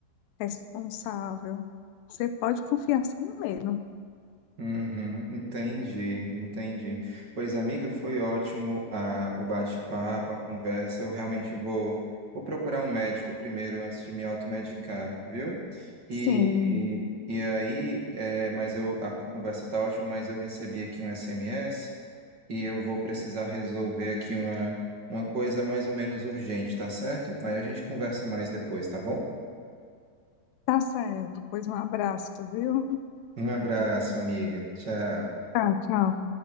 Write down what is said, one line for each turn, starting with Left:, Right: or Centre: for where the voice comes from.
Left: responsável. Você pode confiar sim mesmo.
Right: Uhum, entendi, entendi. Pois, amiga, foi ótimo ah, o bate-papo, a conversa. Eu realmente vou, vou procurar um médico primeiro antes de me automedicar, viu? E,
Left: Sim,
Right: e, e aí, é, mas eu, a, a conversa tá ótima, mas eu recebi aqui um SMS e eu vou precisar resolver aqui uma, uma coisa mais ou menos urgente, tá certo? Aí a gente conversa mais depois, tá bom?
Left: tá certo. Pois um abraço, viu?
Right: Um abraço, amiga. Tchau.
Left: Tá, tchau.